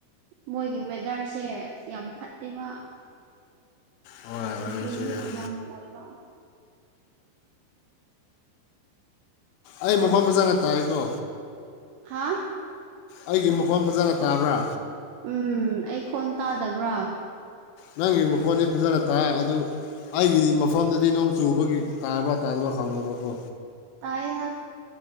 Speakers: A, on the right; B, on the left.
A: ꯃꯣꯏꯒꯤ ꯋꯦꯗꯔꯁꯦ ꯌꯥꯝ ꯐꯠꯇꯦꯕ
B: ꯍꯣꯏ ꯑꯣꯏꯔꯝꯕꯁꯨ
A: ꯍꯨ꯭ꯎꯃꯤꯗ
B: ꯌꯥꯏ
A: ꯌꯥꯝ ꯑꯣꯏꯕ
B: ꯑꯩ ꯃꯈꯣꯟ ꯐꯖꯅ ꯇꯥꯏꯀꯣ
A: ꯍꯥꯥ
B: ꯑꯩꯒꯤ ꯃꯈꯣꯟ ꯐꯖꯅ ꯇꯥꯕ꯭ꯔ
A: ꯎꯝ ꯑꯩ ꯈꯣꯟ ꯇꯥꯗꯕ꯭ꯔ
B: ꯅꯪꯒꯤ ꯃꯈꯣꯟꯗꯤ ꯐꯖꯅ ꯇꯥꯏ ꯑꯗꯨ ꯑꯩꯒꯤꯗꯤ ꯃꯐꯝꯗꯗꯤ ꯅꯣꯡ ꯆꯨꯕꯒꯤ ꯇꯥꯕ꯭ꯔ ꯇꯥꯗꯕ ꯍꯪꯕꯅꯤꯀꯣ
A: ꯇꯌꯦꯅ